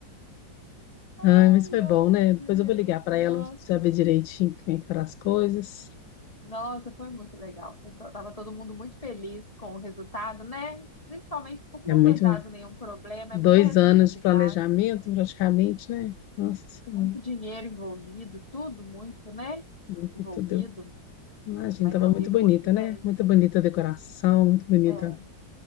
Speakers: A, on the left; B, on the left.
A: Ai,
B: Ah, mas foi
A: ai,
B: bom, né? Depois
A: gente,
B: eu vou ligar para
A: nossa,
B: ela saber direitinho como é que foram as coisas.
A: nossa, foi muito legal. Foi to- tava todo mundo muito feliz com o resultado, né? Principalmente por
B: É
A: não
B: muito,
A: ter dado nenhum problema,
B: dois
A: é muita responsabilidade.
B: anos de planejamento praticamente, né? Nossa Senhora,
A: muito dinheiro envolvido, tudo muito, né?
B: não foi
A: Envolvido,
B: tudo. Imagina,
A: mas
B: estava
A: eu
B: muito
A: ri muito,
B: bonita,
A: gente.
B: né? Muito bonita a decoração, muito bonita.
A: É,